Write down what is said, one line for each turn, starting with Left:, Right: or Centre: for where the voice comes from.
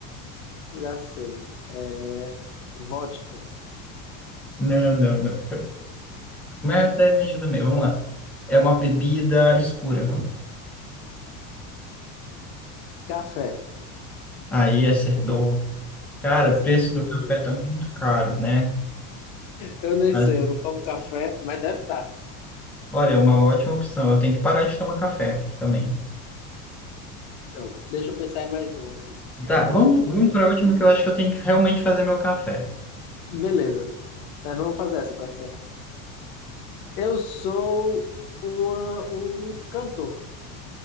Left: Já sei. É, vodka.
Centre: Não, não, não. Foi- Mas até nicho também. Vamos lá. É uma bebida escura.
Left: Café.
Centre: Aí acertou. Cara,
Left: Certeiro.
Centre: o preço do café tá muito caro, né?
Left: Eu nem
Centre: Mas,
Left: sei, eu não tomo café, mas deve estar.
Centre: olha, é uma ótima opção. Eu tenho que parar de tomar café também.
Left: Então, deixa eu pensar em mais um aqui.
Centre: Tá,
Left: Oh,
Centre: vamos, vamos para a última que eu acho que eu tenho que realmente fazer meu café.
Left: beleza. Mas vamos fazer essa para encerrar. Eu sou uma- um cantor.